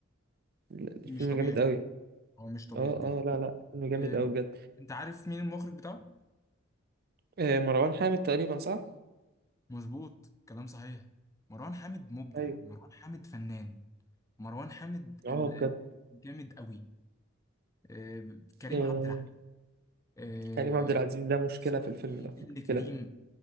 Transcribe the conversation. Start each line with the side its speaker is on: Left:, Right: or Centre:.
Right: ال- الفيلم
Left: مش طبيعي
Right: جامد قوي
Left: هو مش طبيعي
Right: اه
Left: بجد
Right: اه لا لا فيلم جامد
Left: إيه،
Right: قوي بجد
Left: انت عارف مين المخرج بتاعه؟
Right: آه، مروان حامد تقريبا صح؟
Left: مظبوط كلام صحيح مروان حامد مبدع
Right: ايوه
Left: مروان حامد فنان مروان حامد
Right: اه
Left: ال-
Right: بجد
Left: ال- الجامد قوي إيه، كريم
Right: آه،
Left: عبد العزيز إيه،
Right: كريم عبد العزيز ده مشكلة
Left: صاحبي
Right: في الفيلم ده
Left: نيللي
Right: مشكلة
Left: كريم